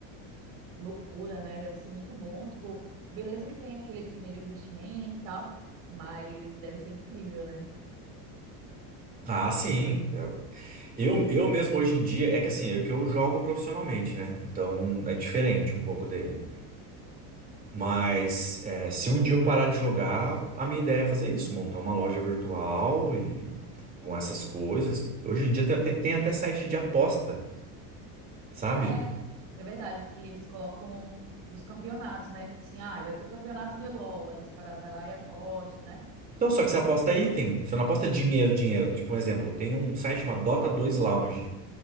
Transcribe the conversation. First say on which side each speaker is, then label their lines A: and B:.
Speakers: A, on the right; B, on the right.
A: Que loucura, né? Deve ser muito bom. Tipo, beleza que tem aquele primeiro investimento e tal, mas deve ser incrível, né?
B: Ah, sim. É. Eu, eu mesmo hoje em dia, é que assim, é que eu jogo profissionalmente, né? Então é diferente um pouco dele. Mas é, se um dia eu parar de jogar, a minha ideia é fazer isso, montar uma loja virtual e com essas coisas. Hoje em dia tem até, tem até site de aposta, sabe?
A: Ah, é, é verdade que eles colocam dos campeonatos, né? Tipo assim, ah, vai ter campeonato de LOL. Aí os caras vai lá e aposta, né?
B: Então, só que você aposta item, você não aposta dinheiro, dinheiro. Tipo, um exemplo, tem um site chamado Dota dois Lounge.